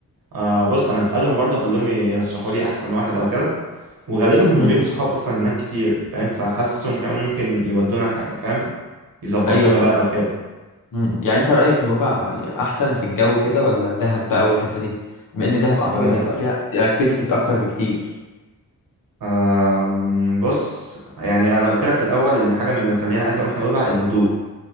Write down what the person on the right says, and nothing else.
آه بص أنا أسألهم برضه أخليهم يرشحوا لي أحسن واحد أو كده وغالبا هم
ليهم صحاب أصلا هناك كتير فاهم فحاسسهم كمان ممكن يودونا الحقيقة فاهم يظبطونا
بقى أو كده
هو
آم، بص يعني أنا قلت لك في الأول إن حاجة من اللي مخليني عايز أروح نويبع الهدوء